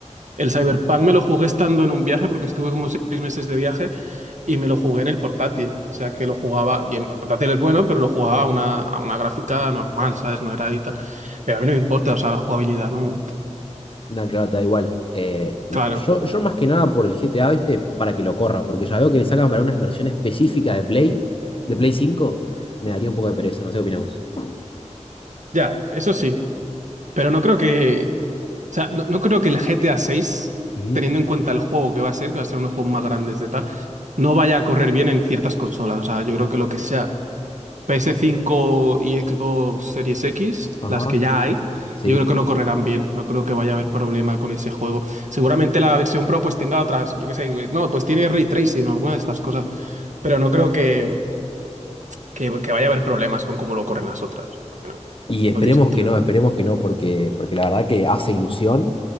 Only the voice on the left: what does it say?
No, claro, te da igual. Eh,
yo, yo más que nada por el GTA, ¿viste? Para que lo corra, porque ya veo que le sacan para una versión específica de Play, de Play 5 me daría un poco de pereza, no sé qué opinás vos.
Ujú,
Ajá,
sí.
Y esperemos
que no, esperemos que no, porque, porque la verdad que hace ilusión